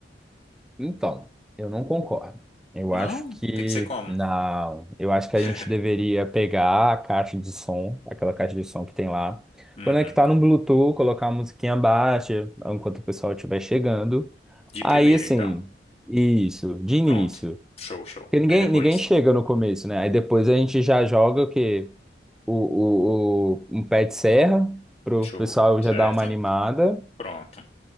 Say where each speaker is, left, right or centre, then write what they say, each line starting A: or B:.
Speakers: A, in the centre; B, on the left.
A: Então, eu não concordo. Eu
B: Não,
A: acho que
B: tem que ser como?
A: na, eu acho que
B: <laughs>
A: a gente deveria pegar a caixa de som, aquela caixa de som que tem lá,
B: Uhum.
A: conectar no Bluetooth, colocar a musiquinha baixa enquanto o pessoal estiver chegando.
B: De
A: Aí,
B: primeiro,
A: assim,
B: então.
A: isso, de início.
B: Pronto. Show, show.
A: Porque ninguém,
B: Aí depois.
A: ninguém chega no começo, né? Aí depois a gente já joga o quê? O, o, o- um pé de serra pro
B: Show,
A: pessoal
B: certo?
A: já dar uma animada.
B: Pronto.